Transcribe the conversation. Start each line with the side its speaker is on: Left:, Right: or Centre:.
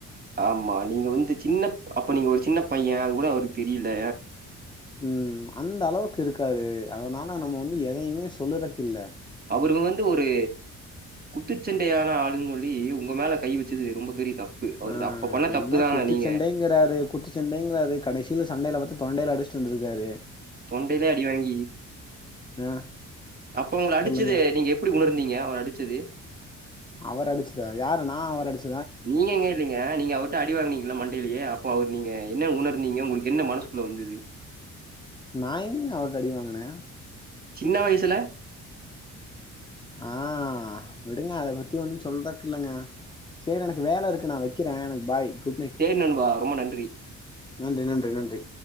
Right: ஆமா நீங்க வந்து சின்ன அப்ப நீங்க ஒரு சின்ன பைய அது கூட அவருக்கு தெரியல
Left: உம் அந்த அளவுக்கு இருக்காரு அதனால நம்ம வந்து எதையுமே சொல்லுறக்கு இல்ல
Right: அவருங்க வந்து ஒரு குத்துச்சண்டையான ஆளுன்னு சொல்லி உங்க மேல கை வச்சது ரொம்ப பெரிய தப்பு அவரு
Left: ஆ
Right: அப்ப பண்ண
Left: இப்ப
Right: தப்பு
Left: என்ன
Right: தான்.
Left: குத்துச்சண்டைங்கிறாரு
Right: நீங்க
Left: குத்துச்சண்டைங்கிறாரு கடைசியில சண்டையில பத்தி தொண்டைல அடுச்ட்டு வந்துருக்காரு
Right: தொண்டையிலே அடி வாங்கி
Left: ஆ
Right: அப்ப அவுங்க அடிச்சது
Left: சொல்லுங்க
Right: நீங்க எப்டி உணர் ந்தங்க அவர் அடிச்சது
Left: அவர அடிச்சதா யாரு நா அவர அடிச்சு
Right: நீங்க எங்க இல்லைங்க நீங்க அவரு அடிவாங்கீங்களலாம் மண்டையிலயே அப்போ அவர் நீங்க என்ன உணர்ந்தீங்க உங்களுக்கு என்ன மனசுக்குள்ள வந்தது
Left: நா எங்கக அவர்ட அடிவங்கனே
Right: சின்ன வயசுல
Left: ஆ விடுங்க அத பத்தி ஒன்னு சொல்றதுக்கு இல்லங்க சேரி எனக்கு வேல இருக்கு நா வெக்குறே எனக்கு பாய் குட் நைட்
Right: சரி நண்பா ரொம்ப நன்றி.
Left: நன்றி நன்றி நன்றி